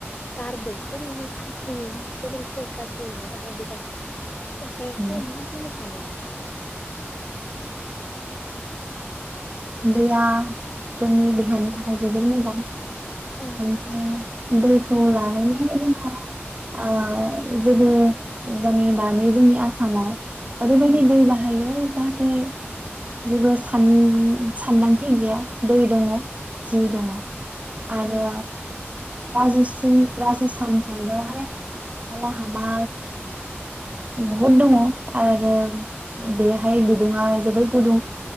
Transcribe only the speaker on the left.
गारदों ओरैयै आद्रियै जोबोर <unintelligible> गाज्रियैनो बाहाय बोगासिनो। बेखौ
मा बुंनो सानो नोंथाङा?
उम
उम
उम